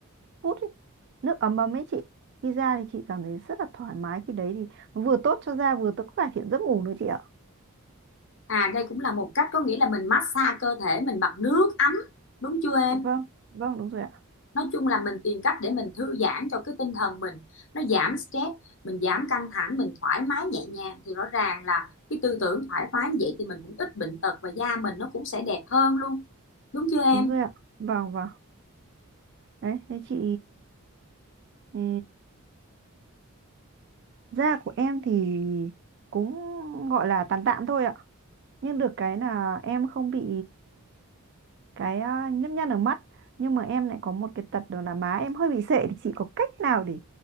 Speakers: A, on the right; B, on the left.
A: phút ý. Nước ấm ấm ấy chị. Khi ra thì chị cảm thấy rất là thoải mái khi đấy thì nó vừa tốt cho da vừa tốt cải thiện giấc ngủ nữa chị ạ.
B: à đây cũng là một cách có nghĩa là mình massage cơ thể mình bằng nước ấm đúng chưa em
A: Dạ Vâng, vâng đúng rồi ạ.
B: nói chung là mình tìm cách để mình thư giãn cho cái tinh thần mình nó giảm stress mình giảm căng thẳng mình thoải mái nhẹ nhàng thì rõ ràng là cái tư tưởng thoải mái như vậy thì mình cũng ít bệnh tật và da mình nó cũng sẽ đẹp hơn luôn đúng chưa em
A: Đúng rồi ạ. vâng vâng Đấy, thế chị ừ, da của em thì cũng gọi là tạm tạm thôi ạ. Nhưng được cái là em không bị cái à, nhấp nhăn ở mắt nhưng mà em lại có một cái tật đó là má em hơi bị sệ thì chị có cách nào để